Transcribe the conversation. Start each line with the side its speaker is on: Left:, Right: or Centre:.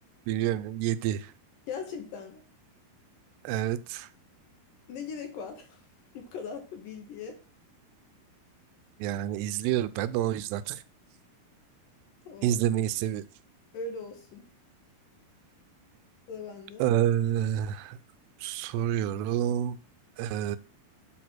Right: Biliyorum yedi
Left: Gerçekten mi?
Right: Evet.
Left: Ne gerek var <laughs> bu kadar bilgiye?
Right: Yani izliyorum ben de o yüzden.
Left: Tamam
Right: İzlemeyi seviyorum.
Left: öyle olsun. Sıra bende.
Right: Ee, soruyorum. Ee,